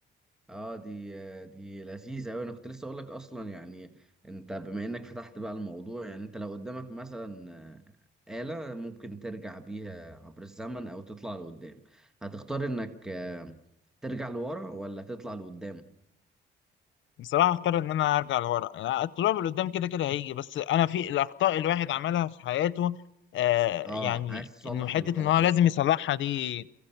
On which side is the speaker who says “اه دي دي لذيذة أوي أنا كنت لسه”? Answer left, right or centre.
Centre